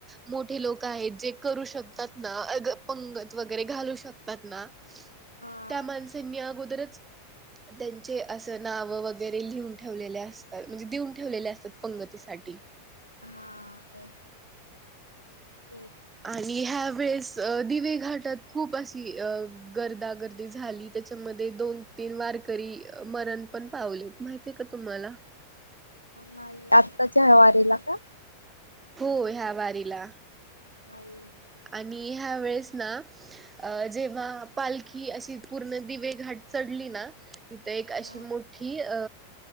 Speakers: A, on the right (about 15°); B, on the left (about 85°).
A: मोठे लोक आहेत जे करू शकतात ना पंगत वगैरे घालू शकतात ना
B: हा.
A: त्या माणसांनी अगोदरच त्यां अस नाव वगैरे लिहून ठेवलेले असतात म्हणजे देऊन ठेवलेले असतात पंगतीसाठी
B: हां ते हो
A: आणि ह्या वेळेस दिवे घाटात खूप अशी अ गर्दागर्दी झाली त्याच्यामध्ये दोन तीन वारकरी मरण पण पावलेत माहि का तुम्हाला
B: नाही आत्ताच्या ह वारीेला का
A: हो ह्या वारीला
B: ह
A: आणि ह्या वेळेस ना अ जेव्हा पालखी अशी पूर्ण दिवे घाट चढली ना तिथ एक अशी
B: हा
A: मोठी अ